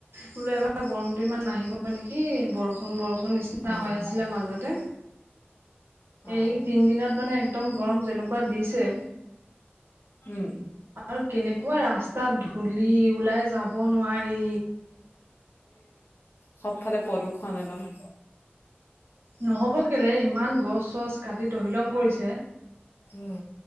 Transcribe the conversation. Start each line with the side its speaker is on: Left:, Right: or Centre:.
Right: বোলো এবাৰ গৰমটো ইমান নাহিব নেকি বৰষুণ বৰষুণ নিচিনা
Left: অ
Right: হৈ আছিলে মাজতে।
Left: অ
Right: এই তিন দিনত মানে একদম গৰম যেনেকুৱা দিছে।
Left: উম।
Right: আৰু কেনেকুৱা ৰাস্তাত ধূলি ওলাই যাব নোৱাৰি।
Left: সবফালে প্ৰদূষণ নে ন।
Right: নহব কেলে ইমান গছ চছ কাটি তহিলং কৰিছে।
Left: উম